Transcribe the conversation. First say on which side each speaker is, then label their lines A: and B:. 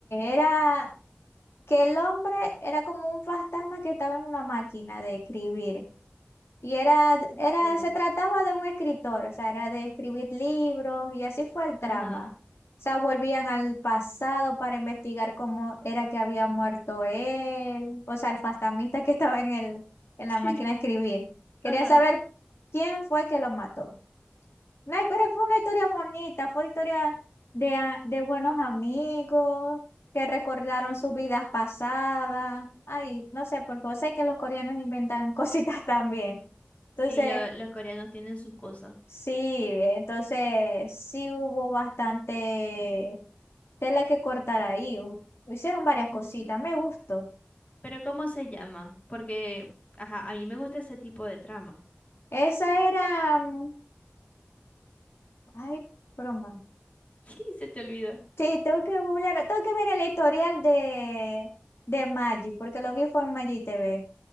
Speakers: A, on the left; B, on the left.
A: era que el hombre era como un fantasma que estaba en una máquina de escribir. Y era,
B: Miércoles.
A: era, se trataba de un escritor, o sea, era de escribir libros y así fue el trama.
B: Ajá.
A: O sea, volvían al pasado para investigar cómo era que había muerto él, o sea, el fantasmista que estaba en el, en
B: <laughs>
A: la
B: Sí,
A: máquina de escribir. Quería
B: ajá.
A: saber quién fue que lo mató. No, pero fue una historia bonita, fue historia de, a- de buenos amigos que recordaron
B: Ay,
A: sus
B: no.
A: vidas pasadas. Ay, no sé, porque vos sabés que los coreanos inventan <laughs> cositas también.
B: Sí,
A: Entonces,
B: lo- los coreanos tienen sus cosas.
A: sí, entonces sí hubo bastante tela que cortar ahí. hu- Hicieron varias
B: Ujú.
A: cositas, me gustó.
B: Pero ¿cómo se llama? Porque, ajá, a mí me gusta ese tipo de trama.
A: Esa era, mm, ay, broma.
B: <laughs> Sí, se te olvidó.
A: Sí, tengo que googlear, tengo que ver el historial de, de Magic, porque lo vi fue en Magic TV.